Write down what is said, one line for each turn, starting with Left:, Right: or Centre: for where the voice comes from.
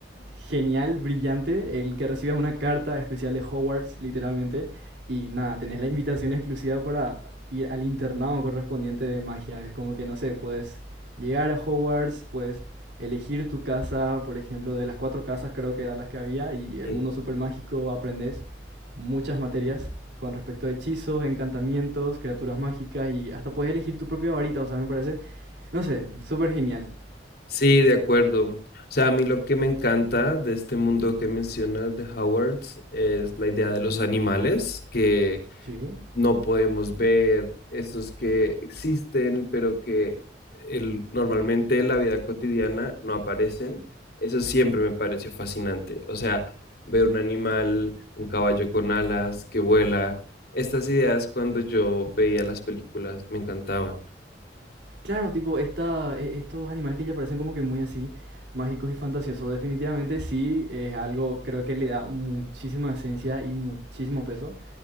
Right: genial, brillante, el que recibas una carta especial de Hogwarts, literalmente, y nada, tenés la invitación exclusiva para ir al internado correspondiente de magia. Es como que, no sé, puedes llegar a Hogwarts, puedes elegir tu casa, por ejemplo, de las cuatro casas creo que eran las que había, y el
Left: Sí.
Right: mundo super mágico aprendes muchas materias con respecto a hechizos, encantamientos, criaturas mágicas y hasta puedes elegir tu propia varita, o sea, me parece, no sé, súper genial.
Left: Sí, de acuerdo. O sea, a mí lo que me encanta de este mundo que mencionas de Howards es la idea de los animales que
Right: Sí.
Left: no podemos ver, esos que existen, pero que el- normalmente en la vida cotidiana no aparecen. Eso siempre me pareció fascinante. O sea, ver un animal, un caballo con alas que vuela. Estas ideas cuando yo veía las películas me encantaban.
Right: Claro, tipo, esta, e- estos animales que ya parecen como que muy así, mágicos y fantasiosos, definitivamente sí es algo, creo que le da muchísima esencia y muchísimo peso